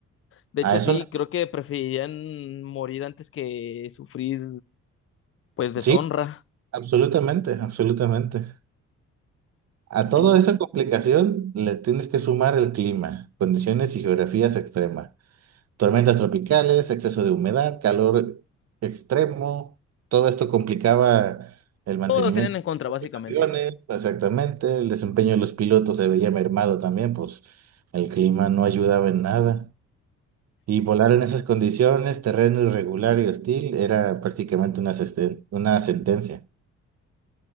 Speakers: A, on the left; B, on the right.
A: De hecho,
B: A eso
A: sí,
B: le-
A: creo que preferirían morir antes que sufrir, pues, deshonra.
B: sí, absolutamente, absolutamente. A
A: Ujú.
B: toda esa complicación le tienes que sumar el clima, condiciones y geografías extremas. Tormentas tropicales, exceso de humedad, calor extremo, todo esto complicaba el mantenimiento
A: Todo lo tenían en
B: de
A: contra,
B: los
A: básicamente.
B: propios aviones, exactamente, el desempeño de los pilotos se veía mermado también, pues el clima no ayudaba en nada. Y volar en esas condiciones, terreno irregular y hostil, era prácticamente una, sesten- una sentencia.